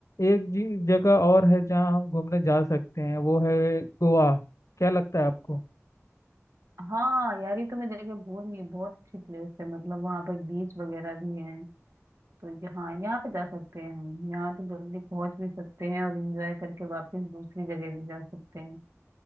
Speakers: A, on the left; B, on the right.
A: एक जी जगह और है जहाँ हम घूमने जा सकते हैं वो है गोवा क्या लगता है आपको
B: हाँ यार ये तो मैं जगह भूल गई बहुत अच्छी प्लेस है मतलब वहाँ पर बीच वगैरह भी है तो यहाँ यहाँ पे जा सकते हैं हम यहाँ तो जल्दी पहुंच भी सकते हैं और एंजॉय करके वापस दूसरी जगह भी जा सकते हैं